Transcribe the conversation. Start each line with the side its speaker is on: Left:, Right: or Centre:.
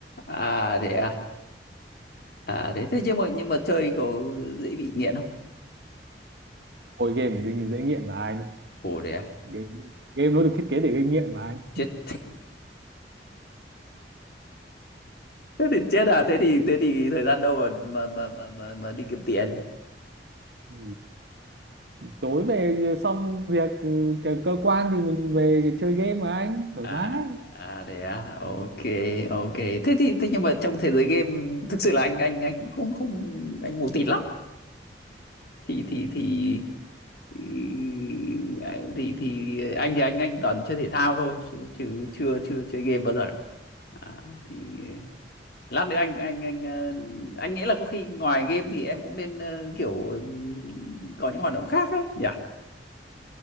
Left: à thế à. À thế thế nhưng mà nhưng mà chơi có dễ bị nghiện không?
Right: hồi game thì dễ nghiện mà anh
Left: Ồ thế à.
Right: game, game nó được thiết kế để gây nghiện mà anh
Left: Chết. <laughs> Thế thì chết à, thế thì thế thì thời gian đâu mà mà mà mà, mà, mà đi kiếm tiền.
Right: ừ. tối về xong việc ừ, cơ cơ quan thì mình về chơi game mà anh thoải
Left: à
Right: mái
Left: à đấy à ok ok thế thì thế nhưng mà trong thế giới game thực sự là anh anh anh không không anh mù tịt lắm thì thì thì thì thì, thì anh thì anh anh toàn chơi thể thao thôi chứ chứ chưa chưa chơi game bao giờ à, thì lát nữa anh anh anh ờ, anh nghĩ là có khi ngoài game thì em cũng nên ờ, kiểu ừm, có những hoạt động khác ấy nhỉ